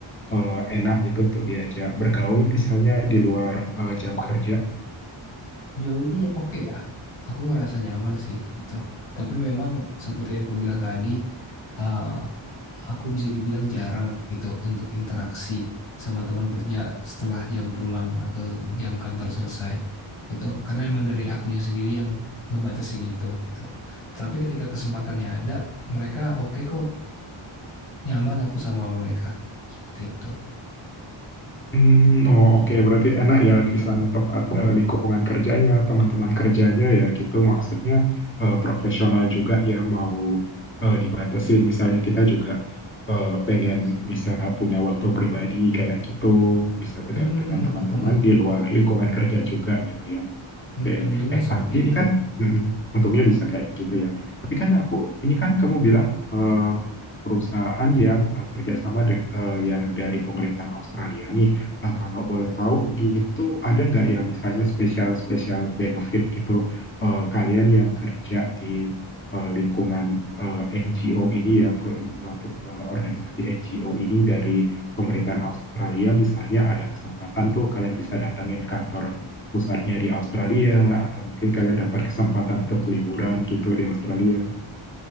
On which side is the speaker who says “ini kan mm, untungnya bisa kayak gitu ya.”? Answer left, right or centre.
Left